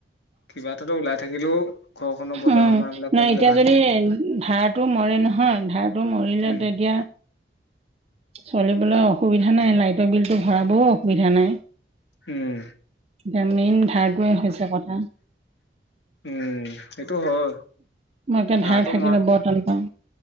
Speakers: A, on the left (about 80°); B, on the right (about 35°).
A: কিবা এটাতো ওলাই থাকিলেও ঘৰখনৰ বজাৰ
B: উম
A: সমাৰ বিলাক কৰিবলে
B: নহয় এতিয়া
A: ভাল
B: যদি
A: হয়
B: ধাৰত টো মৰে নহয় ধাৰটো মৰিলে
A: উম
B: তেতিয়া চলিবলৈ অসুবিধা নাই লাইটৰ বিলটো ভৰাবও অসুবিধা নাই।
A: উম।
B: এতিয়া মেইন ধাৰটোৱে হৈছে কটা।
A: উম সেইটো হয়
B: মই এতিয়া
A: ধাৰটো
B: ধাৰ থাকিলে
A: মই
B: বৰ টান পাওঁ